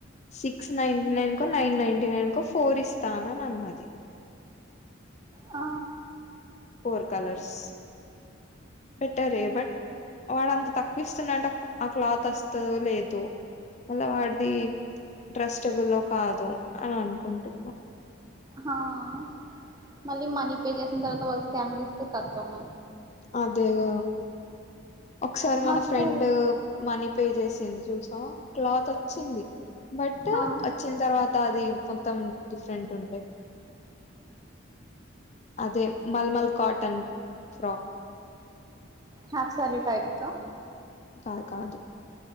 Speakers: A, on the left; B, on the right.
A: సిక్స్ నైన్ నైన్ కో నైన్ నైన్టీ నైన్ కో ఫోర్ ఇస్తా అన్ అన్నది
B: అ
A: ఫోర్ కలర్స్ బెటర్ ఏ బట్ వాడంత తక్కువ ఇస్తుడంటే ఆ క్లాత్ వస్తదో లేదో మళ్ళా వాడ్ ది ట్రస్టబుల్లో కాదో ఆ అనుకుంటున్నా
B: హావ్ మళ్ళీ మనీ పే చేసిన తర్వాత వాళ్ళు స్కామ్ చేస్తే కత్తమ్
A: అదేగ ఒకసారి మన
B: నాకు
A: ఫ్రెండ్ మనీ పే చేసింది జూసినవా క్లాత్ వచ్చింది బటు
B: హా
A: వచ్చిన్ తర్వాత తాది కోంత్తం డిఫరెంట్ ఉండే అదే మల్మల్ cotton frock
B: half sari type త
A: కాద్ కాదు